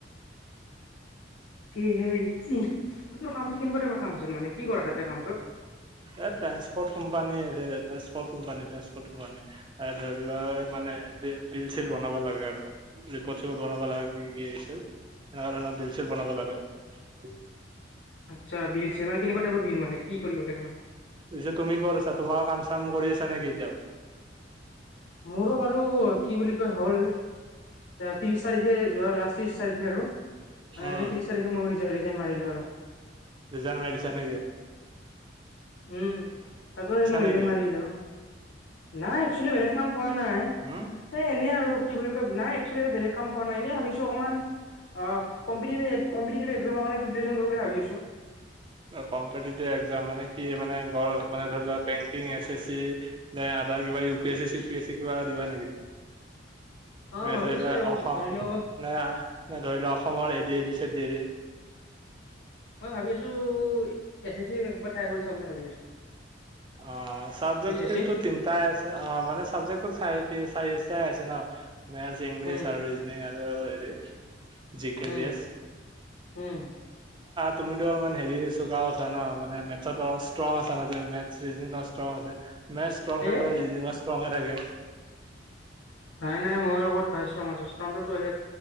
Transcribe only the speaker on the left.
কি সেই তোৰ কামটো কেনেকুৱা কাম আছিল মানে। কি কৰা তাতে কামটোত?
আচ্ছা বিল চিল মানে কেনেকুৱা টাইপৰ বিল মানে কি কৰিব লাগে। মানে
মোৰো বাৰু কি বুলি কয় হ'ল। ত্ৰিশ তাৰিখে যোৱাৰ লাষ্ট ত্ৰিশ তাৰিখে আৰু
সেই ত্ৰিশ তাৰিখে মই ৰিজাইন মাৰিলো আৰু
উ আকৌ সেই মই
ৰিজাইন মৰিলোঁ। নাই একচুৱেলি কোৱা নাই
এ এনেই আৰু কি বুলি কয় নাই একচেলি বেলেগ কাম কৰা নাই এনেই ভাবিছো অকমান। অঁ কম্পিতিভি কম্পিতিতিভি একযাম কাৰণে প্ৰিপাৰেচন কৰোগে ভাবি আছো।
অ
ভাবি
আছো
আৰু
ধৰি লও
মই ভাবি আছো এছ এছ চি একবাৰ ট্ৰাই কৰিছা বুলি ভাবি আছো।
এছ এছ চি
উম
উম
উম
এ
নাই নাই মইো ক'ত পাইছো‌। ষ্ট্ৰ আছে ষ্ট্ৰং আছে